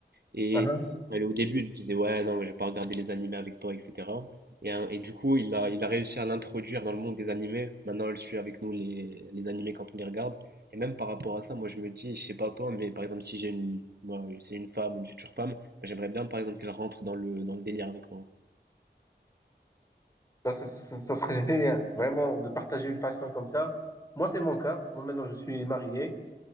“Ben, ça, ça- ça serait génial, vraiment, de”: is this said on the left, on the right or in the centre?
Left